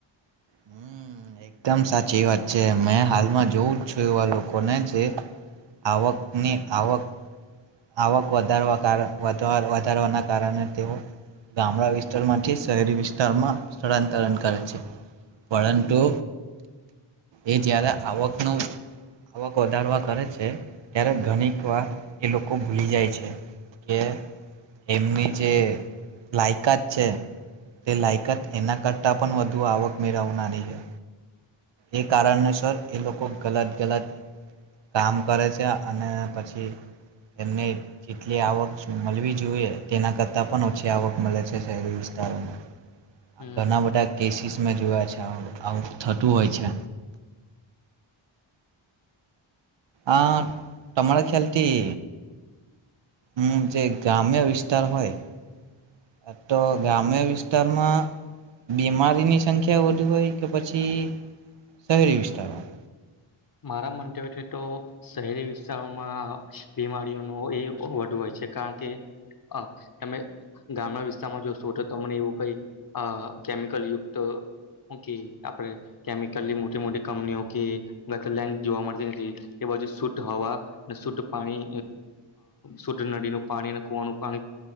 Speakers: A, on the right; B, on the left.
A: હમ એકદમ સાચી વાત છે મેં હાલમાં જોઉ છું એવા લોકોને જે આવકની આવક આવક વધારવા કારણ વધાર વધારવાના કારણે તેઓ ગામડા વિસ્તારમાંથી શહેરી વિસ્તારમાં સ્થળાંતરણ કરે છે પરંતુ એ જ્યારે આવકનું આવક વધારવા કરે છે ત્યારે ઘણીક વાર એ લો કો ભૂલી જાય છે કે એમની જે લાયકાત છે તે લાયકાત એના કરતાં પણ વધુ આવક મેળવનારી હે એ કારણસર એ લોકો ગલત ગલત કામ કરે છે અને પછી એમને જેટલી આવક મલવી જોઈએ તેના કરતાં પણ ઓછી આવક મલે છે શહેરી વિસ્તારોમાં
B: હમ
A: ઘણા બધા કેસિસ મે જોયા છે આ આ થત તુ હોય છે. આ તમારા ખ્યાલથી હમ જે ગ્રામ્ય વિસ્તાર હોય તો ગ્રામ્ય વિસ્તારમાં બીમારીની સંખ્યા વધુ હોય કે પછી શહેરી વિસ્તારમાં
B: મારા મંતવ્યતી તો શહેરી વિસ્તારોમાં બીમારીઓ નુ એ વધુ હોય છે કારણ કે અ તમે ગામ્ય વિસ્તારમાં જોશો તો તમને એવું કઈ અ કેમિકલ યુક્ત હુ કેય આપણે કેમિકલની મોટી મોટી કંપનીઓ કે <unintelligible> જોવા મળતી નથી તે બાજુ શુદ્ધ હવા અને શુદ્ધ પાણી શુદ્ધ નદીનું પાણી અને કુવાનું પાણી